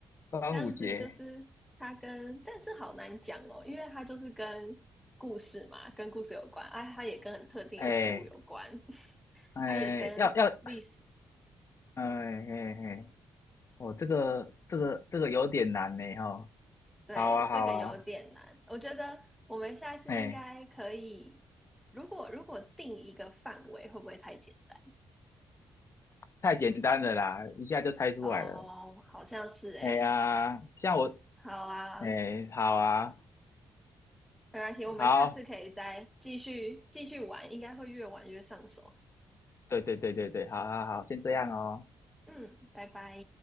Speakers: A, on the left; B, in the centre.
A: 端午节，
B: 这样子就是它跟，但这好难讲哦，因为它就是跟故事嘛，跟故事有关，啊，它也跟很特定的食物有关，
A: 哎
B: <laughs>
A: 哎，
B: 它也跟历史。
A: 要要，哎哎哎，哦，这个这个这个有点难呢哈、哦
B: 对，
A: 好啊好啊，
B: 这个有点难。我觉得我们下次应该可以，
A: 哎，
B: 如果如果定一个范围，会不会太简单？
A: 太简单了啦，一下就猜出来了。
B: 哦，好像是诶。
A: 哎呀，像我，
B: 好啊，
A: 哎，好啊，
B: 没关系，我们下次可以再继续继续玩，
A: 好。
B: 应该会越玩越上手。
A: 对对对对对，好好好，先这样哦。
B: 嗯，拜拜。